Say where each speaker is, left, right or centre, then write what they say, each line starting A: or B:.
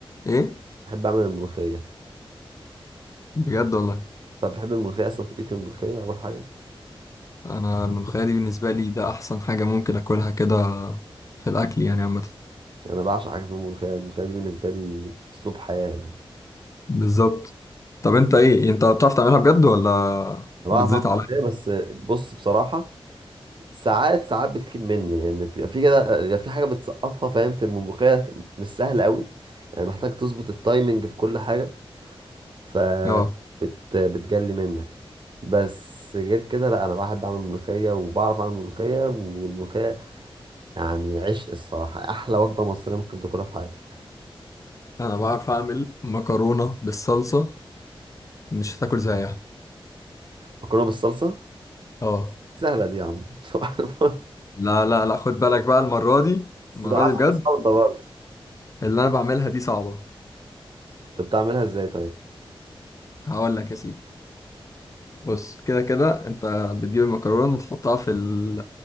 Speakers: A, on the left; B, on the right.
A: ايه
B: بحب اعمل الملوخيه
A: بجد والله
B: طب بتحب الملوخيه اصلا في ليك في الملوخيه اول حاجه
A: انا الملوخيه دي بالنسبه لي ده احسن حاجه ممكن اكلها كده في الاكل يعني عامه
B: انا بعشق حاجه اسمها ملوخيه الملوخيه دي بالنسبه لي اسلوب حياه يعني
A: بالظبط طب انت ايه انت بتعرف تعملها بجد ولا
B: انا
A: بتزيط
B: بعرف اعمل
A: عليا
B: ملوخيه بس بص بصراحه ساعات ساعات بتكيب مني لان بيبقى في كده بيبقى في حاجه بتسقطها فاهم في الملوخيه مش سهل قوي يعني محتاج تظبط التايمنج في كل حاجه ف
A: اه
B: بت بتجلي منك بس غير كده لا انا بحب اعمل ملوخيه وبعرف اعمل ملوخيه والملوخيه يعني عشق الصراحه احلى وجبه مصريه ممكن تاكلها في حياتك
A: انا بعرف اعمل مكرونه بالصلصه مش هتاكل زيها
B: مكرونه بالصلصه
A: اه
B: سهله دي يا عم <laughs>
A: لا لا لا خد بالك بقى المره دي
B: بس
A: المره
B: ده عسل
A: دي بجد
B: وسلطة برضه
A: اللي انا بعملها دي صعبه
B: انت بتعملها ازاي طيب
A: هقول لك يا سيدي بص كده كده انت بتجيب المكرونه وتحطها في ال